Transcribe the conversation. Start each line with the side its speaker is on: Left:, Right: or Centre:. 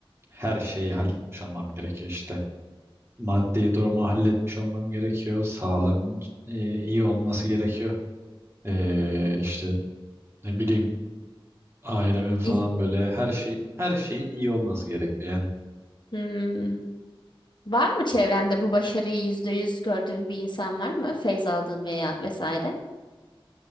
Right: her şeyi halletmiş olmam gerekiyor işte. Maddi durumu halletmiş olmam gerekiyor. Sağlamın e, iyi olması gerekiyor. E, işte ne bileyim Ailemin falan
Left: İl-
Right: böyle her şeyin her şeyin iyi olması gerekiyor yani.
Left: Hmm. Var mı çevrende bu başarıyı yüzde yüz gördüğün bir insan var mı? Feyz aldığın veya vesaire.